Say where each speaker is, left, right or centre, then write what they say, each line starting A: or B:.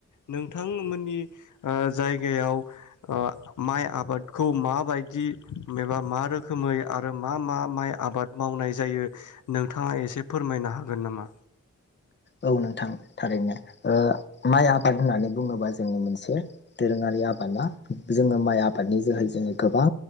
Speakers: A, on the left; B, on the left.
A: नोंथांमोननि ओ जायगायाव ओ माइ आबादखौ माबायदि एबा मा रोखोमै आरो मा मा माइ आबाद मावनाय जायो नोंथाङा एसे फोरमायनो हागोन नामा?
B: औ नोंथां थारैनो ओ माइ आबाद होननानै बुङोबा जोंनि मोनसे दोरोङारि आबादा जोङो माइ आबादनि जोहै जोङो गोबां